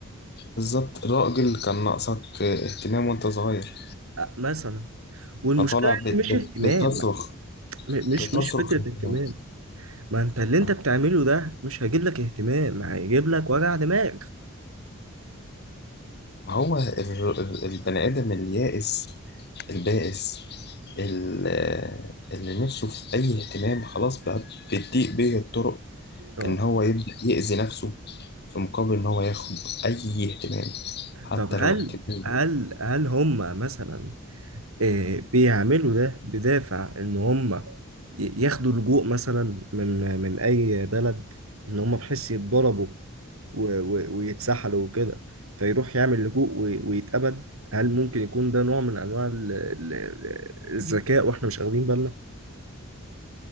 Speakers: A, on the left; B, on the right.
A: بالظبط راجل كان ناقصك اهتمام وانت صغير
B: أه، مثلا والمشكله
A: فطالع ب- ب-
B: ان مش اهتمام
A: بتصرخ
B: م- مش
A: بتصرخ
B: مش فكره
A: اهتمام
B: اهتمام ما انت اللي
A: اه
B: انت بتعمله ده مش هيجيب لك اهتمام هيجيب لك وجع دماغ
A: ما هو ال- ال- البني ادم اليائس البائس ال- اللي نفسه في اي اهتمام خلاص بقى بتضيق بيه الطرق
B: اه
A: ان هو يبدأ يأذي نفسه في مقابل ان هو ياخد اي اهتمام حتى
B: طب هل
A: لو اهتمام
B: هل هل هم مثلا آه، بيعملوا ده بدافع ان هم ي- ياخدوا لجوء مثلا من من اي بلد ان هم بحيث يتضربوا و- و- ويتسحلوا وكده فيروح يعمل لجوء و- ويتقبل هل ممكن يكون ده نوع من انواع ال- ال- ال- الذكاء واحنا مش واخدين بالنا؟